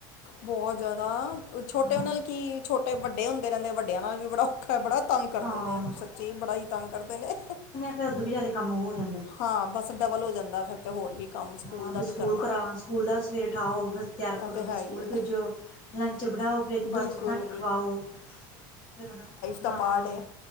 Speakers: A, on the left; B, on the left.
A: ਬਹੁਤ ਜ਼ਿਆਦਾ ਛੋਟੇ
B: ਹਾਂ
A: ਉਹ ਨਾਲ ਕੀ ਛੋਟੇ ਵੱਡੇ ਹੁੰਦੇ ਰਹਿੰਦੇ ਆ, ਵਡੇ ਵਡਿਆਂ ਨਾਲ ਵੀ ਬੜਾ ਔਖਾ ਹੈ। ਬੜਾ ਤੰਗ ਕਰਦੇ
B: ਹਾਂ
A: ਨੇ ਸੱਚੀ ਬੜਾ ਹੀ ਤੰਗ ਕਰਦੇ ਨੇ।
B: ਫੇਰ ਉਦੋਂ ਵੀ ਜਿਆਦਾ ਕੰਮ ਹੋ ਗਿਆ।
A: ਹਾਂ ਬਸ ਡਬਲ ਹੋ ਜਾਂਦਾ, ਫਿਰ ਤੇ ਹੋਰ ਵੀ। ਕੰਮ
B: ਹਾਂ,
A: ਦਾ
B: ਵੀ ਸਕੂਲ
A: ਕਰਨਾ
B: ਕਰਾਂ ਸਕੂਲ ਦਾ ਸਵੇਰੇ ਉਠਾਓ ਤਿਆਰ
A: ਇਹ
B: ਕਰੋ।
A: ਤੇ
B: ਫਿਰ
A: ਹੈ
B: ਸਕੂਲ
A: ਹੀ ਹੈ
B: ਭੇਜੋ ਲੰਚ ਬਣਾਓ ਬ੍ਰੇਕਫਾਸਟ
A: ਬਿਲਕੁਲ
B: ਬਣਾ ਕੇ ਖਵਾਓ। ਫਿਰ ਉਹਨਾਂ ਨੂੰ
A: ਤਪਾਡੇ
B: ਹਾਂ